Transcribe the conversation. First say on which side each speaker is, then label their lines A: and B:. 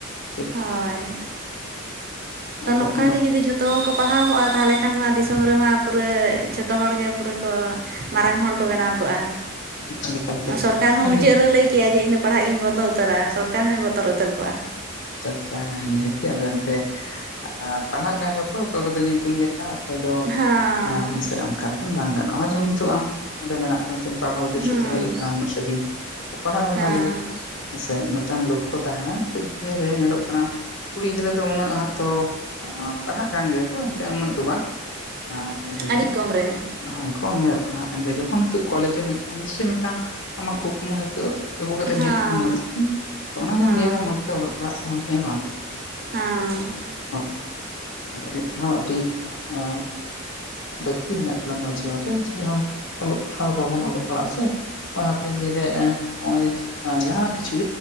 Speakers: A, on the left (about 60°); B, on the right (about 45°).
A: ᱴᱷᱤᱠ
B: ᱦᱳᱭ ᱛᱚ
A: ᱛᱚᱠᱷᱚᱱ
B: ᱱᱚᱝᱠᱟ
A: ᱫᱚ
B: ᱜᱮ ᱡᱩᱫᱤ ᱡᱷᱚᱛᱚ ᱦᱚᱲ ᱠᱚ ᱯᱟᱲᱦᱟᱣ ᱠᱚᱜᱼᱟ ᱛᱟᱦᱚᱞᱮ ᱠᱷᱟᱱ ᱢᱟ ᱫᱤᱥᱚᱢ ᱨᱮᱢᱟ ᱯᱩᱨᱟᱹ ᱡᱷᱚᱛᱚ ᱦᱚᱲ ᱜᱮ ᱯᱩᱨᱟᱹ ᱠᱚ ᱢᱟᱨᱟᱝ ᱦᱚᱲ ᱠᱚ ᱵᱮᱱᱟᱣ ᱠᱚᱜᱼᱟ
A: ᱮᱠᱟᱞ ᱮᱠᱟᱞ ᱜᱮ
B: ᱥᱚᱨᱠᱟᱨ ᱦᱚᱸ
A: ᱢᱟᱱᱮ
B: ᱢᱩᱪᱟᱹᱫ ᱨᱮ ᱞᱟᱹᱭ ᱠᱮᱭᱟᱭ ᱡᱮ ᱤᱧ ᱫᱚ ᱯᱟᱲᱦᱟᱜ ᱜᱮᱧ ᱵᱚᱱᱫᱚ ᱩᱛᱟᱹᱨᱟ ᱥᱚᱨᱠᱟᱨ ᱦᱚᱸᱭ ᱵᱚᱛᱚᱨ ᱩᱛᱟᱹᱨ ᱠᱚᱜᱼᱟ
A: ᱟᱪᱪᱷᱟ ᱟᱪᱪᱷᱟ ᱦᱮᱸ ᱱᱤᱦᱟᱹᱛᱤ ᱟᱫᱚ ᱮᱱᱛᱮ ᱟ ᱯᱟᱲᱦᱟᱜ ᱠᱟᱱ ᱨᱮᱦᱚᱸ ᱠᱚ ᱚᱠᱚᱭ ᱠᱚᱫᱚ ᱧᱩᱛᱩᱢ ᱞᱮᱠᱟ ᱚᱠᱚᱭ ᱫᱚ
B: ᱦᱮᱸ
A: ᱦᱮᱸᱥᱮ ᱚᱱᱠᱟ ᱞᱮᱠᱷᱟᱱ ᱵᱟᱝ ᱜᱟᱱᱚᱜᱼᱟ ᱡᱮᱢᱚᱱ ᱱᱤᱛᱳᱜ ᱟᱢ ᱚᱸᱰᱮ ᱢᱮᱱᱟᱜ <unintelligible> ᱯᱟᱲᱦᱟᱣ ᱩᱫᱮᱥᱥᱚ
B: ᱦᱮᱸ
A: ᱛᱮ ᱦᱮᱡ ᱟᱠᱟᱱᱟᱢ ᱩᱱᱟᱹᱜ ᱥᱟᱺᱜᱤᱧ ᱛᱚ ᱯᱟᱲᱦᱟᱜ ᱢᱮ
B: ᱦᱮᱸ
A: ᱵᱷᱟᱜᱤ ᱡᱩᱛ ᱦᱮᱥᱮ ᱢᱤᱫ ᱴᱟᱝ ᱞᱚᱠᱠᱷᱚ ᱛᱟᱦᱮᱱᱟ ᱱᱤᱛᱚᱜ ᱫᱤᱱ ᱨᱮ ᱧᱮᱞᱚᱜ ᱠᱟᱱᱟ ᱠᱩᱲᱤ ᱜᱤᱫᱽᱨᱟᱹ ᱫᱚ ᱩᱱᱟᱹᱜ ᱦᱟᱸᱜ ᱛᱚ ᱯᱟᱲᱦᱟᱜ ᱠᱟᱱ ᱜᱮᱭᱟ ᱠᱚ ᱮᱱᱛᱮ ᱩᱱᱟᱹᱜ ᱫᱚ ᱵᱟᱝ ᱟᱨ ᱧᱮᱞ ᱦᱩᱭ
B: ᱟᱹᱰᱤ
A: ᱜᱮᱭᱟ
B: ᱠᱚᱢ ᱨᱮ
A: ᱦᱳᱭ ᱠᱚᱢ ᱧᱮᱞᱚᱜ ᱠᱟᱱᱟ ᱮᱱᱛᱮ ᱡᱚᱠᱷᱚᱱ ᱱᱤᱛᱚᱜ ᱠᱚᱞᱮᱡᱽ ᱮᱢ ᱦᱮᱡ <unintelligible> ᱱᱤᱥᱪᱳᱭ ᱢᱤᱫ ᱴᱟᱝ ᱟᱢᱟᱜ ᱠᱩᱠᱢᱩ ᱦᱤᱛᱳᱜ ᱟᱹᱜᱩ ᱠᱟᱛᱮᱢ
B: ᱦᱮᱸ
A: ᱦᱮᱡ ᱟᱠᱟᱱᱟ ᱩᱱᱟᱹᱜ <inaudible> ᱚᱱᱟ ᱜᱮᱧ
B: ᱦᱮᱸ
A: ᱞᱟᱹᱭ ᱟᱢᱟ ᱢᱚᱸᱡᱽ ᱛᱮ ᱚᱞᱚᱜ ᱯᱟᱲᱦᱟᱜ ᱛᱟᱵᱚᱱ ᱯᱮ ᱦᱮᱸ ᱵᱟᱝ
B: ᱦᱮᱸ
A: ᱦᱳᱭ ᱟᱨ ᱚᱞᱚᱜ ᱯᱟᱲᱦᱟᱣ ᱟᱹᱰᱤ ᱮᱸ ᱞᱟᱹᱠᱛᱤ ᱢᱮᱱᱟᱜ ᱟᱠᱟᱫᱟ ᱱᱚᱣᱟ ᱡᱤᱭᱚᱱ ᱨᱮ ᱡᱮ ᱱᱚᱜᱼᱚᱭ ᱚᱞᱚᱜ ᱯᱟᱲᱦᱟᱣ ᱵᱟᱵᱚᱱ ᱚᱞᱚᱜ ᱯᱟᱲᱦᱟᱜᱼᱟ ᱥᱮ ᱦᱚᱜᱼᱚᱭ ᱦᱟᱯᱮᱱ ᱫᱤᱱ ᱨᱮ ᱮᱸ ᱦᱚᱜᱼᱚᱭ ᱡᱟᱦᱟᱱᱟᱜ ᱮᱸ ᱡᱟᱦᱟᱱᱟᱜ ᱠᱤᱪᱷᱩ